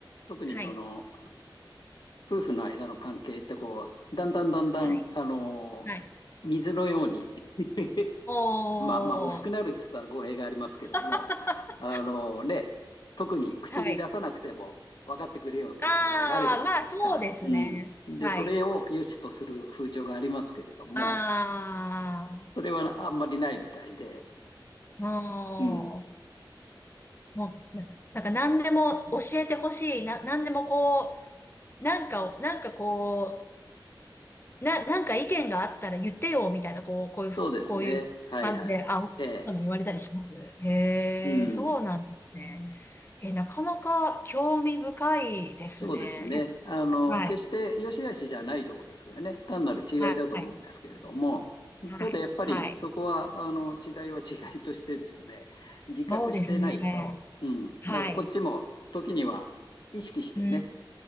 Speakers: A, on the left (about 60°); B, on the left (about 30°).
A: 特にその
B: はい。
A: 夫婦の間の関係ってこう、だんだんだんだん、
B: はい。
A: あのー水のように
B: はい。
A: <laughs>
B: おー
A: まあまあ薄くなるっつったら語弊がありますけども、
B: <laughs>
A: あのーね、特に口に出さなくても分かってくれよっていうところがあるじゃないですか。
B: はい。ああ、まあそうですね。
A: うん。で、
B: はい。
A: それを良しとする風潮がありますけれども、
B: あ
A: それはあんまりないみたいで、
B: あ、も
A: うん。
B: う、もう、ななんか何でも教えてほしい。な、何でもこう、なんかなんかこう、な、なんか意見があったら言ってよ、みたいな、こう、こういう、
A: そうですね。
B: こういう感じで、
A: はいはい。
B: あ、奥様に言われたりします。
A: ええ。
B: へえ、
A: うん。
B: そうなんですね。え、なかなか興味深いですね。
A: そうですね。あの、
B: え、はい。
A: 決して良し悪しじゃないと思うんですけどね。単なる違いだと思うんですけれども、
B: はい。はい。
A: ただやっぱりそこは、
B: はい。
A: あの、違いは違いとしてですね、自覚してないと、
B: そうですね。
A: うん。
B: はい。
A: だからこっちも時には意識してね、
B: うん、